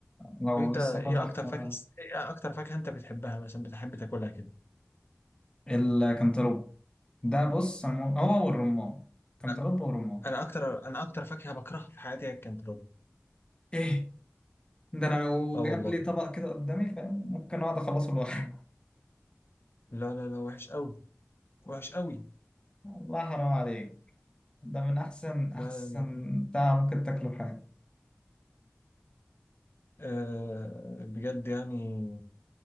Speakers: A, on the left; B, on the left.
A: لو
B: انت
A: لسه
B: ايه
A: فتح
B: اكتر
A: فرع
B: فاكهه ايه اكتر فاكهه انت بتحبها مثلا بتحب تاكلها كده
A: الكنتالوب ده بص أنا مو- هو والرمان
B: لا
A: كنتالوب والرمان
B: انا اكتر انا اكتر فاكهه بكرهها في حياتي هي الكنتالوب
A: ايه ده انا لو
B: اه
A: جاب
B: والله
A: لي طبق كده قدامي فاهم ممكن اقعد اخلصه لوحدي
B: لا لا لا وحش قوي وحش قوي
A: <laughs> الله حرام عليك ده من احسن احسن
B: لا لا لا
A: بتاع ممكن تاكله في حياتك
B: أه بجد يعني